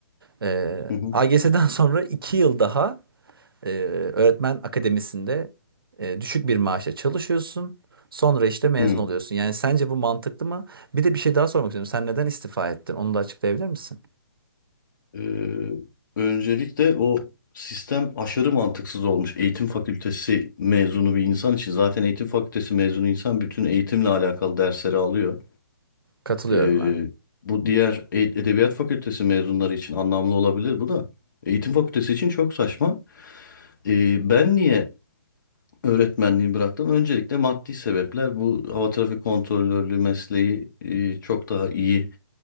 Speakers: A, on the right (about 70°); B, on the left (about 55°).
A: Ee,
B: Hı hı.
A: AGS'den <laughs> sonra 2 yıl daha Ee, öğretmen akademisinde e, düşük bir maaşla çalışıyorsun. Sonra işte mezun
B: Hı.
A: oluyorsun. Yani sence bu mantıklı mı? Bir de bir şey daha sormak istiyorum. Sen neden istifa ettin? Onu da açıklayabilir misin?
B: Ee, öncelikle o sistem aşırı mantıksız olmuş. Eğitim fakültesi mezunu bir insan için zaten eğitim fakültesi mezunu insan bütün eğitimle alakalı dersleri alıyor.
A: Katılıyorum
B: Ee,
A: ha.
B: bu diğer e- edebiyat fakültesi mezunları için anlamlı olabilir bu da. Eğitim fakültesi için çok saçma. Ee, ben niye öğretmenliği bıraktım? Öncelikle maddi sebepler. Bu hava trafik kontrolörlüğü mesleği e, çok daha iyi